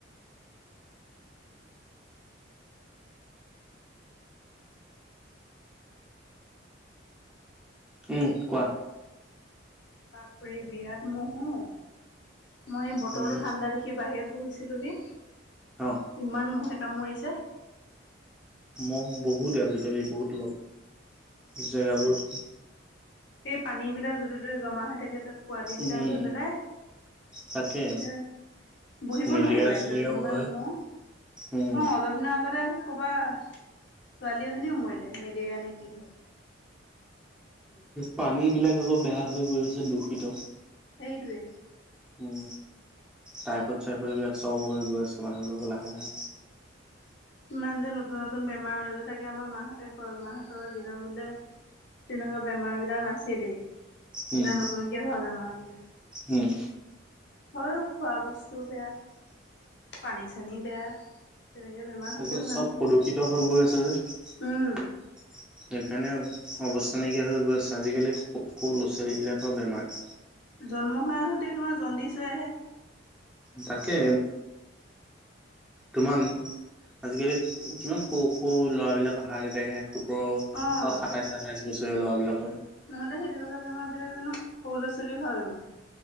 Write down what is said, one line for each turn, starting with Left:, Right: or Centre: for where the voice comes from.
Centre: উম কোৱা
Left: বাপ্ৰে বিৰাট মহো। মই বতৰটো
Centre: উম
Left: ঠাণ্ডা দেখি বাহিৰত বহিছিলোঁহি।
Centre: অ
Left: ইমান মঁহে কামুৰিছে।
Centre: মঁহ বহুতে আজিকালি বহুত জেগাবোৰ।
Left: এইেই পানী বিলাক যতে ততে জমা হৈ থাকে তাত পোৱালী বিলাক
Centre: উম
Left: হৈ পেলাই
Centre: তাকে।
Left: এ বহিব
Centre: মেলেৰিয়া
Left: নোৱাৰি বাহিৰত
Centre: চেলেৰিয়াও
Left: ইমান
Centre: হয়
Left: ম'হ অ
Centre: উম
Left: অলপ দিনৰ আগতে কবা ছোৱালী এজনীও মৰিলে মেলেৰিয়া নে কি হয়।
Centre: পানী বিলাক আকৌ বেয়া হৈ গৈ আছে দূষিত।
Left: সেইটোৱে।
Centre: উম। টাইফড চাইফড এইবিলাক চব হৈ গৈ আছে মানুহবিলাকো লাহে লাহে।
Left: ইমান যে নতুন নতুন বেমাৰ আজ থাকে আমাৰ মাহঁতে ক মাহঁতৰ দিনৰ বোলে তেনেকুৱা বেমাৰ বিলাক নাছিলেই
Centre: উম
Left: ইলাক নতুনকে হোৱা বেমাৰ বোলে।
Centre: উম।
Left: হয়ো খোৱা বস্তু বেয়া পানী চানী বেয়া। তেনেকে বেমাৰ
Centre: তাকে
Left: হ'বই মানুহ।
Centre: চব প্ৰদূষিত হৈ গৈ আছে যে। সেইকাৰণে
Left: উম,
Centre: অৱস্থ নাইকিয়া হৈ গৈ আছে, আজিকালি স সৰু ল'ৰা ছোৱালীবলাকৰ বেমাৰ।
Left: জন্ম হৈ আহোতে তোমাৰ জণ্ডিছ হৈ আহে।
Centre: তাকে তোমাৰ আজিকালি কিমান সৰু সৰু ল'ৰাবিলাকৰ হাৰ্ট এটেক আহে।
Left: অ',
Centre: সাতাইছ আঠাইছ বছৰীয়া ল'ৰাবিলাকৰ।
Left: নহ'লে সেই তেনেকুৱা বেমাৰ বিলাক জানো সৰু ল'ৰা ছোৱালীৰ হোৱা বেমাৰ।